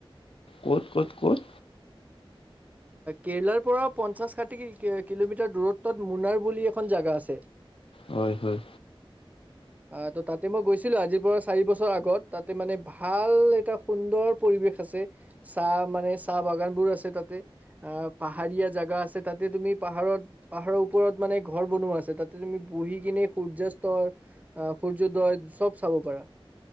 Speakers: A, on the left; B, on the right.
A: ক'ত, ক'ত, ক'ত?
B: কেৰেলাৰ পৰা পঞ্চাশ ষাঠি কিলোমিটাৰ দূৰত্বত মুনাৰ বুলি এখন জাগা আছে।
A: হয়, হয়।
B: অ', ত, তাতে মই গৈছিলো আজিৰ পৰা চাৰি বছৰ আগত তাতে মানে ভাল এটা সুন্দৰ পৰিৱেশ আছে। আছে চাহ মানে চাহ বাগান বোৰ আছে তাতে। অ', পাহাৰীয়া জেগা আছে তাতে তুমি পাহাৰত পাহাৰৰ ওপৰত মানে ঘৰ বনোৱা আছে তাতে ত তুমি বহি কিনে সূৰ্যয়াস্তৰ, অহ, সূৰ্যোদয় চব চাব পাৰা।